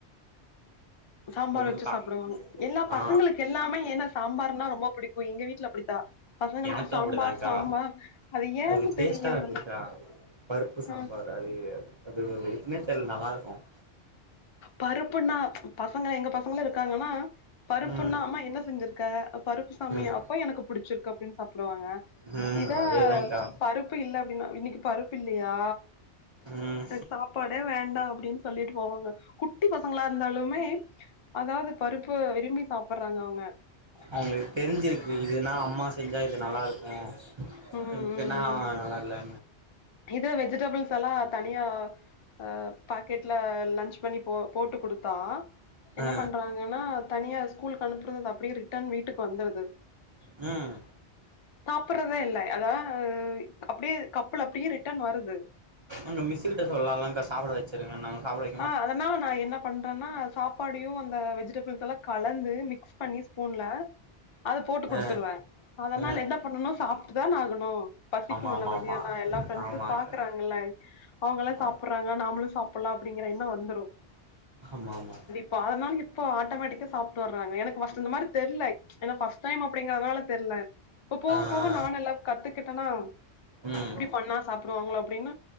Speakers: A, on the left (about 45°); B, on the right (about 40°).
A: சாம்பார்
B: உங்கக்கா
A: வச்சு சாப்டுவாங்க எல்லா பசங்களுக்கு
B: ஆ
A: எல்லாமே ஏன்னா சாம்பார்னா ரொம்ப பிடிக்கு எங்க வீட்ல அப்டித்தா பசங்களுக்கு
B: எனக்கும்
A: சாம்பார்
B: அப்டிதான்கா
A: சாம்பார் ஏன்னு
B: அது டேஸ்டா
A: தெரியறதில்ல
B: இருக்குன்க்கா பருப்பு சாம்பார்
A: ஆ
B: தயிரு வட அது எப்பமே தெர்ல நல்லா இருக்கும்
A: பருப்புன்னா பசங்க எங்க பசங்களும் இருக்காங்கனா பருப்புன்னா
B: ம்
A: அம்மா என்ன செஞ்சிரு க்கா பருப்பு சாமி
B: ம்
A: அப்ப எனக்கு பிடிச்சிருக்கு அப்டின் சாப்டுவாங்க
B: ம்
A: இதே
B: அதேதான்க்கா
A: பருப் பு இல்ல அப்டின்னா இன்னிக்கு பருப்பு இல்லயா
B: ம்
A: எனக்கு சாப்பாடே வேண்டாம் அப்டின் சொல்லிட் போங்க குட்டி பசங்களா இருந்தாலுமே அதாவ்து பருப்ப விரும்பி சாப்றாங்க அவங்க
B: அவங்கள் தெரிஞ்சிருக்கு இதுன்னா அம்மா செஞ்சா இது நல்லா இருக்கும்
A: ம்
B: கொஞ்சனா
A: ம்
B: நல்லா இல்ல
A: இது வெஜிடேபிள்ஸ் எல்லா தனியா ஆ பாக்கெட்ல லன்ச் பண்ணி போ போட்டு குடுத்தா என்ன
B: ஆ
A: பண்றாங்கன்னா தனியா கூல்கு அனுப்புறது அப்டியே ரிட்டர்ன் வீட்டுக்கு வந்துருது
B: ம்
A: சாப்பறதே இல்ல அதான் அப்டியே கப்புல அப்டியே ரிட்டன் வருது
B: அவுங்க மிஸ்ஸூ கிட்ட சொல்லாலாம்க்கா சாப்ட வச்சிருங்கனு சாப்ட
A: ஆ அதனால நா என்ன பண்றன்னா சாப்பாடையும் அந்த வெஜிடபிள்ஸ்லா கலந்து மிக்ஸ் பண்ணி ஸ்பூன்ல அத போட்டு குடுத்துருவ
B: ஆ
A: அதனால
B: ஆ
A: என்ன பண்ணனும் சாப்ட்டு தான ஆகணும் பசிக்கும்ல
B: ஆமா ஆமா
A: மதியான
B: ஆமா
A: எல்லா ப்ரெண்ட்ஸும்
B: ஆமாக்கா
A: பாக்குறாங்கல்ல அவங்கள
B: ஆமா
A: சாப்றாங்க நாமளும் சாப்புலா அப்டிங்கற என்னோ வந்துரும்
B: ஆமா ஆமா
A: இப்போ அதனால் இப்போ ஆட்டோமேட்டிக்கா சாப்ட்டு வறாங்க எனக்கு ஃபர்ஸ்ட் இந்த மாரி தெர்ல ஏன்னா ஃபர்ஸ்ட் டைம் அப்டிங்கறனால தெர்ல இப்ப போவ
B: ஆ ஆ
A: போக நானு எல்லா கத்துக்கிட்டனா
B: ம்
A: இப்டி பண்ணா சாப்டுவாங்களோ அப்டின்னு